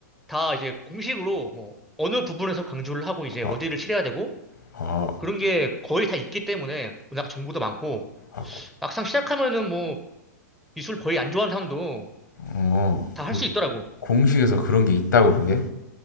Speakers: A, in the centre; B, on the left (about 80°).
A: 다 이제 공식으로 뭐 어느 부분에서 강조를 하고 이제
B: 아,
A: 어디를 칠해야 되고
B: 아,
A: 그런 게 거의 다 있기 때문에 워낙 정보도 많고
B: 아,
A: 막상 시작하면은 뭐 미술 거의 안 좋아하는 사람도
B: 어,
A: 다
B: 그
A: 할 수 있더라고.
B: 공식에서 그런 게 있다고 그게?